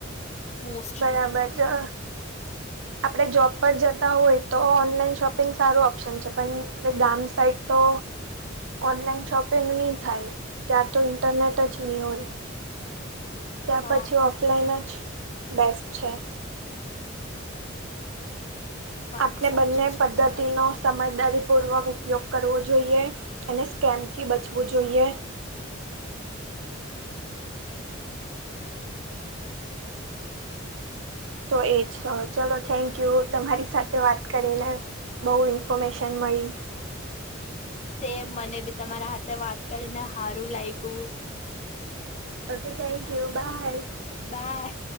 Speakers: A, on the left; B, on the right.
A: મોસ્ટલી
B: બરાબર જો આપડે જોબ પર જતા હોય તો ઓનલાઈન શોપિંગ સારું ઓપ્શન છે પણ ગામ સાઈડ તો ઓનલાઈન શોપિંગ ની થાય ત્યાં તો ઇન્ટરનેટ જ ની હોય. ત્યા
A: હા
B: પછી ઓફલાઈન જ બેસ્ટ છે.
A: વાત
B: આપને
A: સાચી
B: બંને
A: છે
B: પદ્ધતિનો
A: તમારી
B: સમજદારીપૂર્વક ઉપયોગ કરવો જોઈએ અને સ્કેમથી બચવું જોઈએ. તો એજ અ ચલો થેન્કયુ તમારી સાથે વાત કરીને બહુ ઇન્ફોમેશન મળી.
A: તે મને બી તમારા હાથે વાત કરીને હારું લાયગું.
B: Okay thank you bye.
A: બાાય.